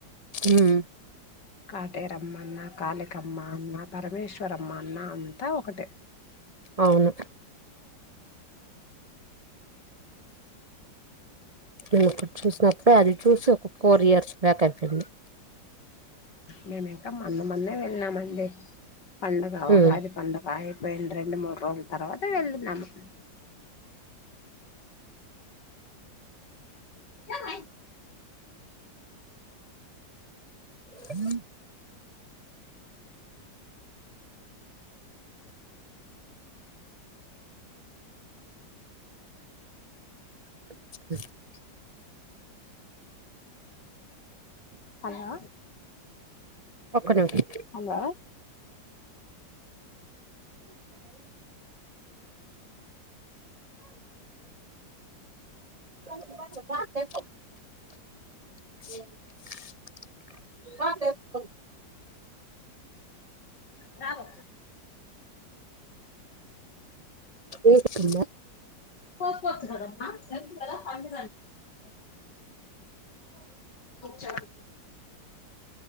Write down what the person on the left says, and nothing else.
కాటేరమ్మన్న కళికమ్మ అన్న పరమేశ్వరమ్మ అన్న అంతా ఒకటి
మేము ఇంకా మన్న మన్నే వెళ్ళినమండి పండగ ఉగాది
పండగా అయిపోయింది రెండు మూడు రోజుల తర్వాత వెళ్ళున్నామక ఆ
హలో
హలో
రావ
పోత్పోతు కదామ్మా ఎతు కదా పదం చ